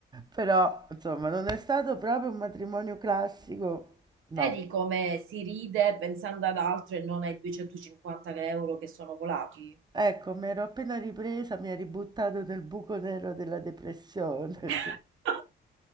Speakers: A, on the right; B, on the right.
A: Però, insomma, non è stato proprio un matrimonio classico, no.
B: Vedi come si ride pensando ad altro e non ai 250 euro che sono volati?
A: Ecco, mi ero appena ripresa, mi ha ributtato nel buco nero della depressione.
B: <laughs>